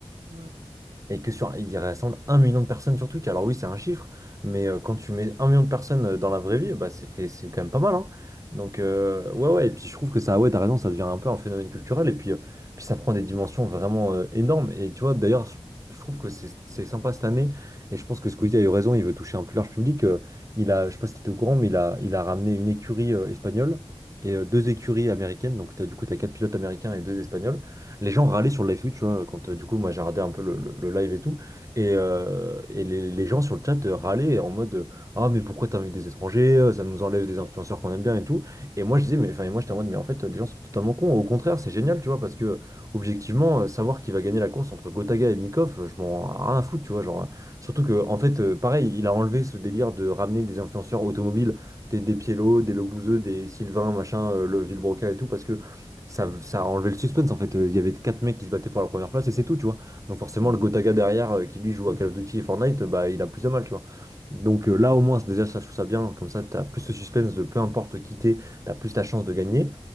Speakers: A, on the right; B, on the right.
A: Ouais,
B: et que sur, il rassemble un million de personnes sur Twitch. Alors oui, c'est un chiffre, mais euh, quand tu mets un million de personnes euh, dans la vraie vie, bah c'est fait, c'est quand même pas mal, hein. Donc euh, ouais, ouais. Et puis je trouve que ça, ouais, t'as raison, ça devient un peu un phénomène culturel. Et puis, euh, puis ça prend des dimensions vraiment euh, énormes. Et tu vois, d'ailleurs, je, je trouve que c'est c'est sympa cette année. Et je pense que Squeezie a eu raison. Il veut toucher un plus large public. Euh, il a, je sais pas si t'étais au courant, mais il a, il a ramené une écurie euh, espagnole. Et euh, deux écuries américaines, donc t'as, du coup, t'as quatre pilotes américains et deux espagnols les gens râlaient sur le live Twitch, tu vois, quand euh, du coup, moi j'ai regardé un peu le, le- le live et tout, et, euh, et les, les gens sur le chat euh, râlaient en mode euh, Ah, mais pourquoi t'invites des étrangers? euh, Ça nous enlève des
A: ouais.
B: influenceurs qu'on aime bien et tout. Et moi je disais, mais enfin, et moi j'étais en mode, mais en fait, les gens sont totalement cons. Au contraire, c'est génial, tu vois, parce que objectivement, euh, savoir qui va gagner la course entre Gotaga et Nikov, euh, je m'en rien à foutre, tu vois, genre. euh, Surtout que, en fait, euh, pareil, il a enlevé ce délire de ramener des influenceurs automobiles, des, des Pielo, des Lobouzeux, des Sylvain, machin, euh, le Villebroca et tout, parce que ça, ça a enlevé le suspense en fait. Euh, Il y avait quatre mecs qui se battaient pour la première place et c'est tout, tu vois. Donc forcément,
A: Mm.
B: le Gotaga derrière euh, qui lui joue à Call of Duty et Fortnite, euh, bah il a plus de mal, tu vois. Donc euh, là, au moins, déjà, ça, je trouve ça bien. Comme ça, t'as plus de suspense de peu importe qui t'es, t'as plus ta chance de gagner.